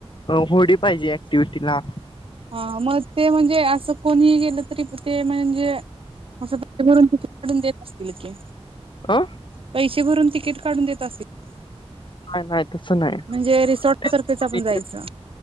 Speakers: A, on the left (about 50°); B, on the right (about 55°).
A: होडी पाहिजे ऍक्टिव्हटीला.
B: हा म ते म्हणजे असं कोणी गेलं तरी प ते म्हणजे अस. पैसे भरून तिकिट काढून देत असतील की.
A: अ
B: पैसे भरून तिकीट काढून देत असती
A: नाही नाही तसं
B: म्हणजे रिसॉर्ट
A: नाही
B: सारखचं आपण जायचं.